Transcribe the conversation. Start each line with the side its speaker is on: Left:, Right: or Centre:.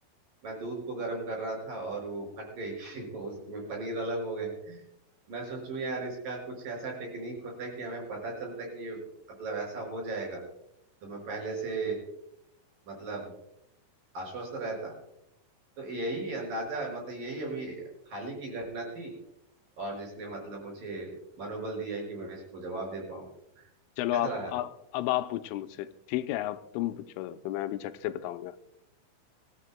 Right: मैं दूध को गर्म कर रहा था और वो फट गई <laughs> उसमें पनीर अलग हो गए मैं सोचूं यार इसका कुछ ऐसा टेक्निक होता कि हमें पता चलता कि ये मतलब ऐसा हो जाएगा तो मैं पहले से मतलब आश्वस्त रहता तो यही अंदाजा मतलब यही अभी हाल ही की घटना थी और जिसने मतलब मुझे मनोबल दिया कि मैं इसको जवाब दे पाऊँ
Left: चलो
Right: कैसा
Left: आप
Right: रहा
Left: आप अब आप पूछो मुझसे ठीक है अब तुम पूछो तो मैं अभी झट से बताऊंगा